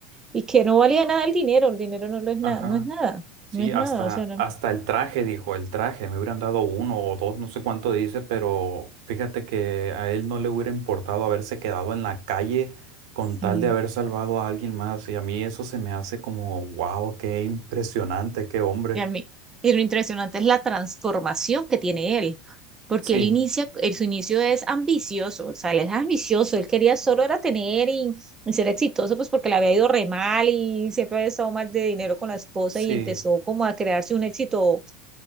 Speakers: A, on the right; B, on the right.
A: y que no valía nada el dinero, el dinero no lo es nada,
B: ajá.
A: no es nada,
B: Sí,
A: no es
B: hasta,
A: nada, o sea, no-
B: hasta el traje, dijo, el traje, me hubieran dado uno o dos, no sé cuánto dice, pero fíjate que a él no le hubiera importado haberse quedado en la calle con
A: sí.
B: tal de haber salvado a alguien más, y a mí eso se me hace como, wow, qué impresionante, qué hombre.
A: Y, a mí- y lo impresionante es la transformación que tiene él, porque
B: Sí,
A: él inicia, él, su inicio es ambicioso, o sea, él es ambicioso, él quería solo era tener y, y ser exitoso, pues porque le había ido re mal y siempre había estado mal de dinero con la esposa
B: sí,
A: y empezó como a crearse un éxito,